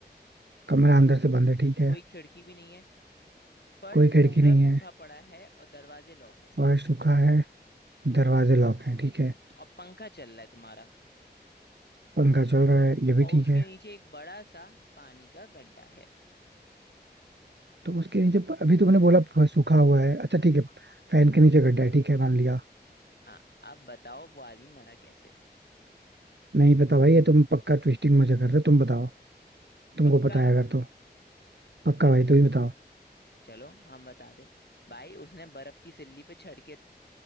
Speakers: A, on the right (about 80°); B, on the left (about 70°).
A: कमरा अंदर से बंद है ठीक है
B: कोई खिड़की भी नहीं है फर्श
A: कोई खिड़की
B: पूरा
A: नहीं
B: सूखा
A: है
B: पड़ा है और दरवाजे लॉक है
A: फर्श सूखा है दरवाजे लॉक हैं ठीक है
B: और पंखा चल रहा है तुम्हारा
A: पंखा चल रहा है ये भी
B: और
A: ठीक
B: उसके
A: है
B: नीचे एक बड़ा सा पानी का गड्ढा है
A: तो उसके नीचे प- अभी तुमने बोला फर्श सूखा हुआ है अच्छा ठीक है फैन के नीचे गड्ढा है ठीक है मान लिया
B: हाँ अब बताओ वो आदमी मरा कैसे
A: नहीं पता भाई ये तुम पक्का ट्विस्टिंग मुझे कर रहे हो तुम बताओ तुमको
B: पक्का
A: पता है अगर तो पक्का भाई तुम ही बताओ
B: चलो हम बता दे भाई उसने बर्फ की सिल्ली पे चढ़ के